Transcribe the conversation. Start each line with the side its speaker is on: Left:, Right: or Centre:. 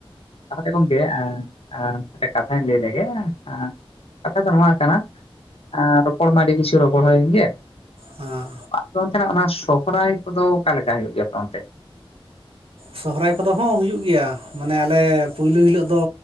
Left: ᱛᱟᱦᱚᱞᱮ ᱜᱚᱝᱠᱮ ᱮᱸ ᱮᱸ ᱢᱮᱜᱴᱮᱡ ᱠᱟᱛᱷᱟᱧ ᱞᱟᱹᱭ ᱞᱮᱜᱮ ᱟᱸᱼᱼ ᱠᱟᱛᱷᱟ ᱫᱚ ᱱᱚᱣᱟ ᱠᱟᱱᱟ ᱮᱸ ᱨᱚᱯᱚᱲ ᱢᱟ ᱟᱹᱰᱤ ᱠᱤᱪᱷᱩ ᱨᱚᱯᱚᱲ ᱦᱩᱭᱮᱱ ᱜᱮᱭᱟ,
Right: ᱦᱮᱸ
Left: <inaudible> ᱚᱱᱛᱮᱱᱟᱜ ᱚᱱᱟ ᱥᱚᱦᱚᱨᱟᱭ ᱠᱚᱫᱚ ᱚᱠᱟᱞᱮᱠᱟ ᱦᱩᱭᱩᱜ ᱜᱮᱭᱟ? ᱟᱯᱮ ᱚᱱᱛᱮ᱾
Right: ᱥᱚᱦᱚᱨᱟᱭ ᱠᱚᱫᱚ ᱦᱚᱸ ᱦᱩᱭᱩᱜ ᱜᱮᱭᱟ ᱢᱟᱱᱮ ᱟᱞᱮ ᱯᱩᱭᱞᱩ ᱦᱤᱞᱳᱜ ᱫᱚ